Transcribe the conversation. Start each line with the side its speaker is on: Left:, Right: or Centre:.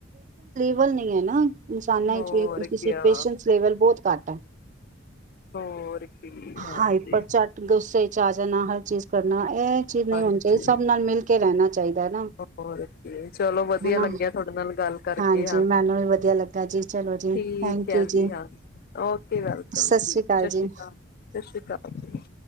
Right: ਲ ਨੀ ਹੈ ਨਾ ਇਨਸਾਨਾਂ
Left: ਹੋਰ
Right: ਚਲ
Left: ਕਿਆ,
Right: ਬਹੁਤ ਘੱਟ ਹੈ
Left: ਹੋ ਠੀਕ ਹਾਂਜੀ
Right: ਹਾਈਪਰ ਝੱਟ ਗੁੱਸੇ ਚ ਆ ਜਾਣਾ ਹਰ ਚੀਜ਼ ਕਰਨਾ ਇਹ ਚੀਜ਼ ਨਈਂ
Left: ਹਾਂਜੀ,
Right: ਹੋਣੀ ਚਾਹੀਦੀ ਸਭ ਨਾਲ ਮਿਲ ਕੇ ਰਹਿਣਾ ਚਾਹੀਦਾ ਐਨਾ।
Left: ਹੋਰ ਕੀ ਚਲੋ ਵਧੀਆ
Right: ਹਨਾ?
Left: ਲੱਗਿਆ ਤੁਹਾਡੇ ਨਾਲ ਗੱਲ ਕਰਕੇ
Right: ਹਾਂਜੀ ਮੈਨੂੰ ਵੀ ਵਧੀਆ ਲੱਗਾ ਜੀ ਚਲੋ ਜੀ,
Left: ਠੀਕ
Right: ਥੈਂਕ
Left: ਹੈ
Right: ਯੂ ਜੀ।
Left: ਹਾਂਜੀ, ਓਕੇ ਵੈਲਕਮ
Right: ਸਤਿ ਸ੍ਰੀ ਅਕਾਲ
Left: ਸ਼੍ਰੀ
Right: ਜੀ।
Left: ਸਤਿ ਸ੍ਰੀ ਅਕਾਲ।